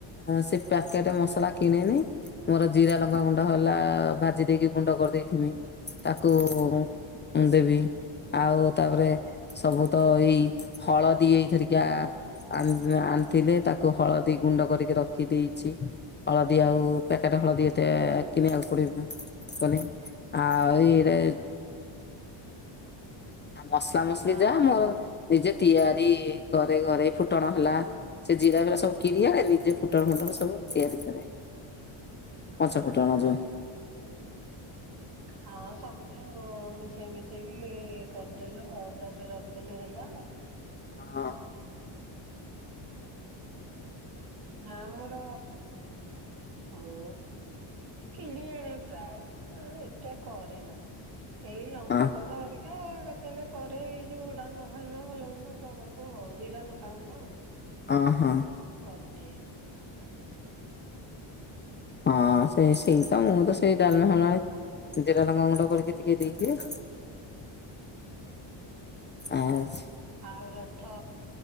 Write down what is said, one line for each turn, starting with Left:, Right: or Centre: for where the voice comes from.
Left: ସେ ପ୍ୟାକେଟ୍ ମସଲା କିଣେନି ମର ଜିରା ଲଙ୍କାଗୁଣ୍ଡ ହେଲା ଭାଜି ଦେଇକି ଗୁଣ୍ଡ କରିଦେଇଥିମି ତାକୁ ଉଁ- ଦେବି ଆଉ ତାପରେ ସବୁ ତ ଏଇ ହଳଦୀ ଏଇଥରିକା ଆଣି-ଆଣିଥିଲେ ତାକୁ ହଳଦୀ ଗୁଣ୍ଡ କରିକି ରଖି ଦେଇଚି। ହଳଦୀ ଆଉ ପ୍ୟାକେଟେ ହଳଦୀ ଏତେ କିଣିବାକୁ ପଡିବନି। ଆଉ ଏଇରା <unintelligible> ଆଉ ମସଲା ମସଲି
Right: ହଁ
Left: ଯାହା ମୋର ନିଜେ ତିଆରି ଘରେ ଫୁଟଣ ହେଲା ସେ ଜିରା
Right: ହଁ।
Left: ଫିରା ସବୁ କିରି ଆଣେ ନିଜେ ଫୁଟଣ ଫୁଟଣ ସବୁ ମୁଁ ତିଆରି କରେ। ପଞ୍ଚ
Right: ଆଉ
Left: ଫୁଟଣ
Right: ଭଲ
Left: ଯୋଉ
Right: ହଁ ସବୁ ର ମିଶେଇ ମିଶେଇକି କରିଦେଲୁ ଆଉ ଡବେ ରଖିଦେଲୁ ହେଲା।
Left: ହଁ।
Right: ହୁଁ। ନା ମୋର ମୁଁ କିଣି ଆଣେ ପ୍ରାୟ ଏତେ କରେ ନା ଏଇ ଲଙ୍କାଗୁଣ୍ଡଏରି
Left: ହଁ
Right: ଏ କେତେବେଳେ କରେ ଏଇ ଯୋଉ ଡାଲମା ଫାଲମା ଭଲ ମନ୍ଦରେ ଦବାକୁ ଆଉ ଜିରା ଲଙ୍କା ଖଣ୍ଡ।
Left: ଅ ହଁ।
Right: କରିଦିଏ।
Left: ହଁ ସେ ସେଇ ତ ମୁଁ ତ ସେଇ ଡାଲମା ଫାଲମା ରେ ଜିରା ଲଙ୍କା ଗୁଣ୍ଡ କରିକି ଟିକେ ଦେଇଦିଏ। ଆଛ
Right: ଆଉ ରଥ